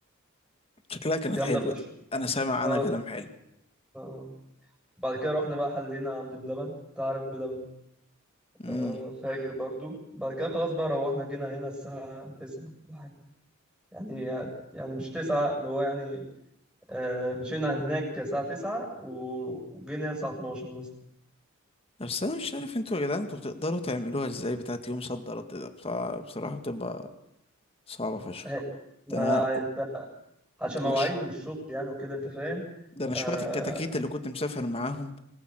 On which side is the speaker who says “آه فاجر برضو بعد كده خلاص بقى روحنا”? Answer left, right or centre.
Centre